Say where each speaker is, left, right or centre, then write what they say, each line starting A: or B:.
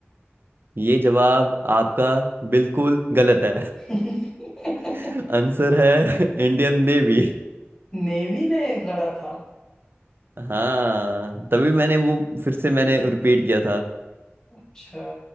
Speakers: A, on the right; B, on the left.
A: ये जवाब आपका बिल्कुल गलत है
B: <laughs>
A: <laughs> आंसर है इंडियन नेवी
B: नेवी ने लड़ा था
A: हाँ तभी मैंने वो फिर से मैंने रिपीट किया था
B: अच्छा